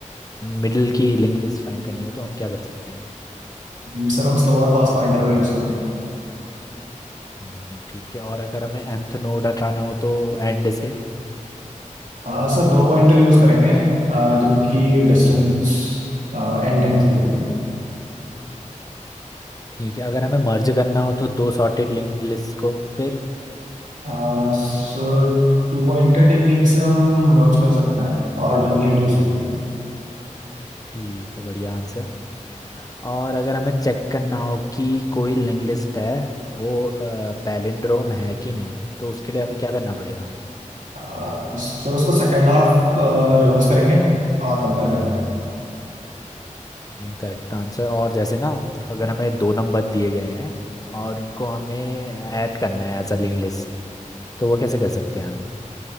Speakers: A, on the left (about 25°); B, on the right (about 75°).
A: मिडिल की लिंक लिस्ट फाइंड करनी हो तो हम क्या कर सकते हैं
B: हम्म, सर हम स्लो और फास्ट पॉइंटर का यूज करेंगे
A: हम्म, ठीक है और अगर हमें nth नोड हटाना हो तो एंड से
B: आ, सर दो पॉइंटर यूज करेंगे आ, जिनकी डिस्टेंस एन टाइम्स दूर है
A: ठीक है अगर हमें मर्ज करना हो तो दो सॉर्टेड लिंक्ड लिस्ट को फिर
B: आ, सर टू पॉइंटर टेक्निक से हम मर्ज कर सकते हैं और डमी हेड यूज करेंगे
A: ठीक है बढ़िया आंसर और अगर हमें चेक करना हो कि कोई लिंक लिस्ट है वो पैलिंड्रोम है कि नहीं तो उसके लिए हमें क्या करना पड़ेगा
B: आ, सर उसको सेकेंड हाफ रिवर्स करेंगे और कंपेयर करेंगे
A: Correct answer और जैसे ना अगर हमें दो नंबर दिए गए हैं और उनको हमें ऐड करना है एज अ लिंक लिस्ट तो वो कैसे कर सकते हैं हम